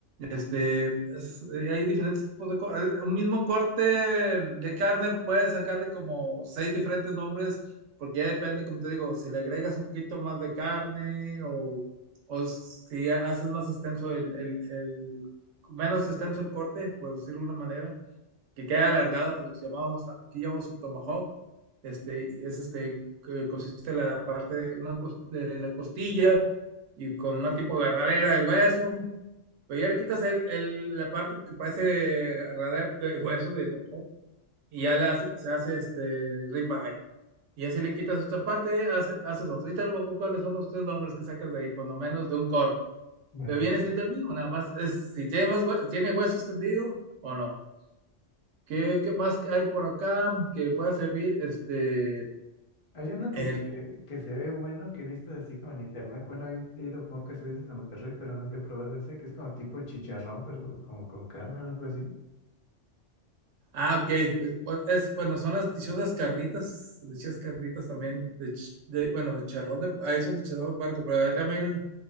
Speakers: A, on the right; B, on the left.
A: Este, es- eh, hay diferentes tipos de... co- eh, Un mismo corte mm, de carne puedes sacarle como seis diferentes nombres, porque ya depende, como te digo, si le agregas un poquito más de carne o, o si haces más extenso el, el- el- menos extenso el corte, por decirlo de alguna manera, que quede alargado, los llamados, aquí llamamos el tomahawk, este, es este, que consiste la parte de, una, cos- de la costilla y con una tipo de agarradera del hueso pero ya le quitas el, el- la parte que parece radea de hueso de Tom Hog, y ya la se hace este ribeye. Y así le quitas otra parte, hace- haces otro. y no me acuerdo cuáles son los tres nombres que sacas de ahí, cuando menos de un corte.
B: vale.
A: Pero viene siendo el mismo, nada más es si tiene más hue- tiene hueso extendido o no. ¿Qué, qué más hay por acá que pueda servir? Este,
B: Hay uno que
A: el,
B: se, que se ve bueno, que he visto así como en internet. Bueno, he he ido pocas veces a Monterrey, pero nunca he probado ese, que es como tipo chicharrón, pero como con carne o algo así.
A: ah, ok. Es, pues, es- bueno, son las dichosas carnitas, dichosas carnitas también de, de- bueno, de charrón de, ahí son de charrón de puerco, pero ahí también